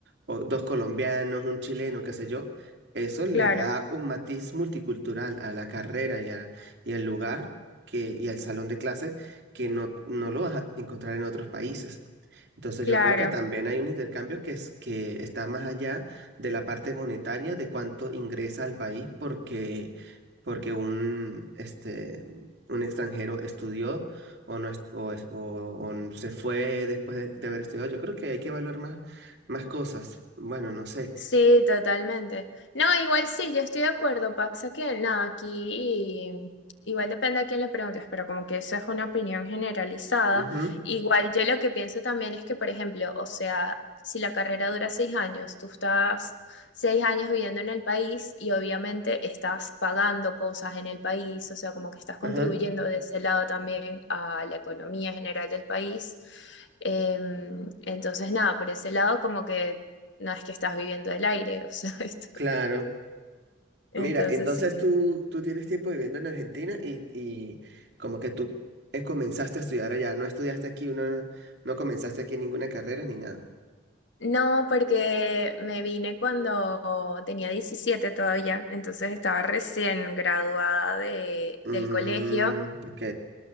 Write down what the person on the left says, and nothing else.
Claro,
claro.
Sí, totalmente. No, igual sí, yo estoy de acuerdo. Pasa que, nada, aquí igual depende a quién le preguntes, pero como que eso es una opinión generalizada.
Igual yo lo que pienso también es que, por ejemplo, o sea, si la carrera dura seis años, tú estás seis años viviendo en el país y obviamente estás pagando cosas en el país, o sea, como que estás contribuyendo
de ese lado también a la economía general del país. Em, entonces, nada, por ese lado como que no es que estás viviendo el aire, o sea, <laughs> esto.
Entonces
sí.
No, porque me vine cuando tenía 17 todavía, entonces estaba recién graduada de,
del colegio